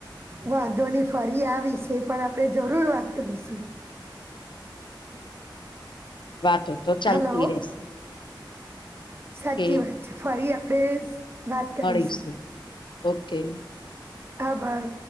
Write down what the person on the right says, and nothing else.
વાંધો ની ફરી આ વિશે પણ આપણે જરૂર વાત કરીશુંશ
હલો
સાચી
વાત છે ફરી આપણેે વાત કરીશું.
ખભાર